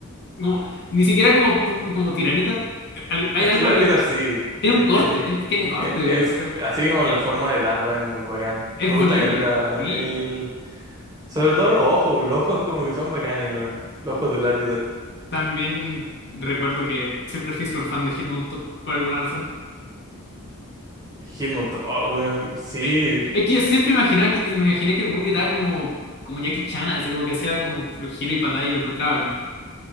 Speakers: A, on the left (about 50°); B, on the right (about 15°).
A: Como, ni siquiera como, pu- como Tiranitar. Al- Hay
B: Es
A: algo
B: que el árbitro
A: de...
B: sí, em,
A: Tiene un corte,
B: em, eh,
A: tiene, tiene corte.
B: el- es-
A: Es,
B: así como la forma del larva es muy bacán.
A: es
B: Me
A: buenísimo.
B: gusta caleta.
A: Sí.
B: El, sobre todo los ojos, weón, los ojos como que son bacanes, weón. Los ojos del árbitro.
A: También recuerdo que siempre fui súper fan de Hitmontop por alguna razón.
B: Hitmon, to- oh, weón, sí.
A: Eh, Es que yo siempre imaginaba que, me imaginé que el buen gritaba como, como Jackie Chan, así como que hacía como giro y patada y lo encontraba bacán.